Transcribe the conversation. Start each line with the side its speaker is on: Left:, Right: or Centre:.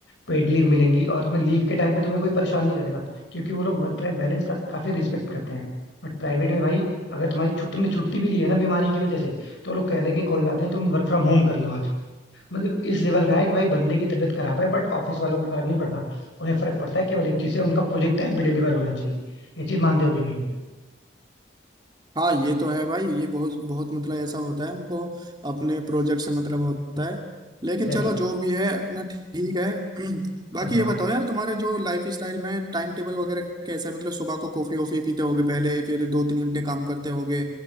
Left: पेड लीव मिलेंगी और तुम्हें लीव के टाइम पे तुम्हें कोई परेशान नहीं करेगा क्योंकि वो लोग वर्क लाइफ बैलेंस का काफी रिस्पेक्ट करते हैं बट प्राइवेट में भाई अगर तुम्हारी छुट्टी तुमने छुट्टी भी ली है ना बीमारी की वजह से तो वो लोग कह देंगे कोई बात नहीं तुम वर्क फ्रॉम होम कर लो मतलब इस लेवल का है कि भाई बंदे की तबीयत खराब है बट ऑफिस वालों को फर्क नहीं पड़ता उन्हें फर्क पड़ता है केवल एक चीज है उनका प्रोजेक्ट टाइम पे डिलीवर होना चाहिए ये चीज मानते हो कि नहीं
Right: हाँ ये तो है भाई ये बहुत बहुत मतलब ऐसा होता है उनको अपने प्रोजेक्ट से मतलब होता है लेकिन
Left: Exactly
Right: चलो जो
Left: exactly.
Right: भी है अपना ठीक है <clears throat>
Left: हाँ
Right: बाकी
Left: भाग
Right: ये बताओ यार तुम्हारे जो लाइफ स्टाइल में टाइम टेबल वगैरह कैसा है मतलब सुबह को कॉफी वॉफी पीते होगे पहले फिर दो तीन घंटे काम करते होगे